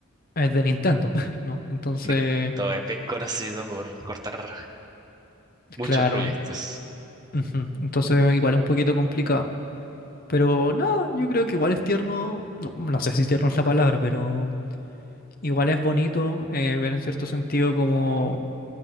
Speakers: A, on the left; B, on the right.
A: es de Nintendo, <laughs> ¿no? Entonces,
B: <laughs> todo es bien conocido por cortar muchos
A: claro,
B: proyectos.
A: ujú. Entonces igual es un poquito complicado. Pero no, yo creo que igual es tierno, no, no sé si tierno es la palabra, pero igual es bonito eh, ver en cierto sentido como